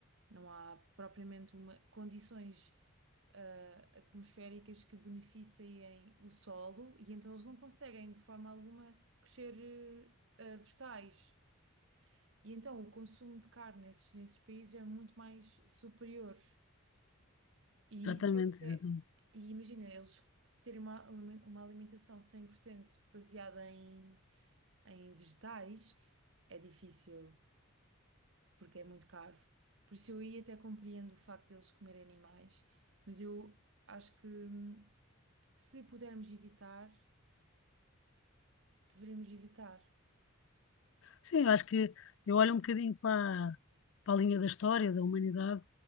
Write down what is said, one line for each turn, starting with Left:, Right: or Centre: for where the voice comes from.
Right: não há propriamente uma, condições ah, atmosféricas que beneficiem o solo e então eles não conseguem de forma alguma crescer eh, ah, vegetais. E então o consumo de carne nesses, nesses países é muito mais superior. E
Left: exatamente,
Right: isso eu até.
Left: exatamente.
Right: E imagina, eles terem uma, alime- uma alimentação 100% baseada em, em vegetais é difícil, porque é muito caro. Por isso eu aí até compreendo o facto deles comerem animais, mas eu acho que hum, se pudermos evitar, deveríamos evitar.
Left: Sim, eu acho que eu olho um bocadinho para, para a linha da história da humanidade